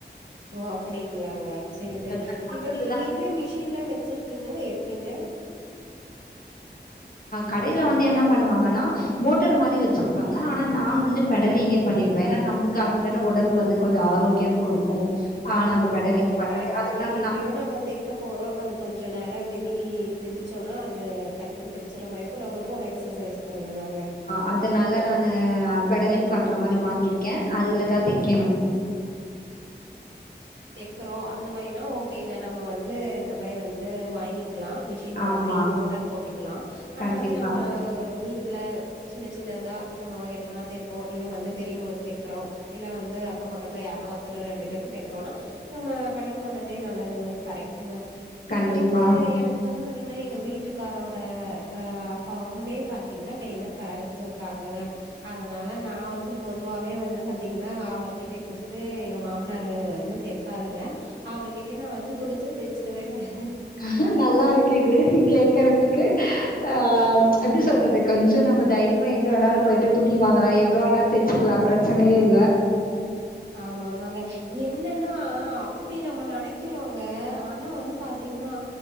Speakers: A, on the right (about 90°); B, on the left (about 55°).
A: ஓ அப்டிங்ளாங்க சேரி சேரி
B: இல்ல கட் பண்றது
A: இப்ப நீங்க
B: தான்
A: வீட்ல மிஷின்லா வச்சிருக்கிங்ளா எப்டிங்க
B: கடைல வந்து என்ன பண்ணுவாங்கனா மோட் ட்டர் மாரி வச்சிருப்பாங்க ஆனா நான் வந்து பெடலிங்கே பண்ணிடுவ ஏனா நமக்கு அது தான உடம்பு வந்து கொஞ்ச ஆரோக்கியம் குடுக்கும் ஆ
A: ஆமா
B: நம்ம பெடலிங்
A: ஆமாங்க
B: பண்றது.
A: கரெக்ட்டுங்க
B: அதனால
A: எப்பயோ
B: நான்
A: நம்ம தெக்க போறோ அது கொஞ்சம் நேரம் மி மீ மிதிச்சோன்னா அது டக்குன்னு ச்சிரமாரி இருக்கு நம்முளுக்கு ஒரு எக்சசைஸ் மாரிதாங்க
B: அ அதனால நானு பெடலிங் பண்ற மாரி வாங்கியிருக்க அதுலதா தெக்கணும்
A: விக்கறோ அந்த மாரின்னா ஓகேங்க நா நம்ம வந்து இந்த மாரி வந்து வாங்கிக் குடுக்கலாம் மிஷின் மாதிரி
B: ஆமா.
A: மோட்டார் போட்டுக்கலா ஆனா
B: கண்டிப்பா,
A: வந்து நம்ம அ வீட்டு வீட்ல சின்ன சின்னதா நம்ம எப் எப்பனா தெப்போ இல்ல வந்து பெரியவங்களுக்கு தெக்கிறோம் இல்ல வந்து அக்கம் பக்க பக்கத்துல யாருனா ஒருத்தரு ரெண்டு பேருக்கு தெக்கறோனா நம்ம பெடல் பண்ணதே நல்லதுங்க கரெக்டுங்க இப்ப
B: கண்டிப்பா.
A: வந்து எனக்கு வந்து இப்ப பாத்தீங்கன்னா எங்க வீட்டுக்காரோட அ அப்பாவுமே பாத்தீங்கன்னா டெய்லர் கடை வச்சிருக்காங்கல அதனால நான் வந்து பொதுவாவே வந்து பாத்தீங்கன்னா அவர்கிட்ட கொடுத்து எங்க மாமனார் வந்து தெப்பாருங்க அவர்கிட்டயே நான் வந்து கொடுத்து தெச்சுப் ஏங்க <unintelligible>
B: ஆங் நல்லா இருக்குது இது கேக்குறதுக்கு ஆங் எப்படி சொல்றது கொஞ்சம் நம்ம தைரியமா எங்க வேணாலும் போயிட்டு துணி வாங்கலாம் எவ்வளோ வேணா தச்சுக்கலாம் பிரச்சனையே இல்ல
A: ஆமா ஆமாங்க என்ன என்னென்னா அப்படி நம்ம நினைக்க இருக்கிறோங்க ஆனா வந்து பாத்தீங்கன்னா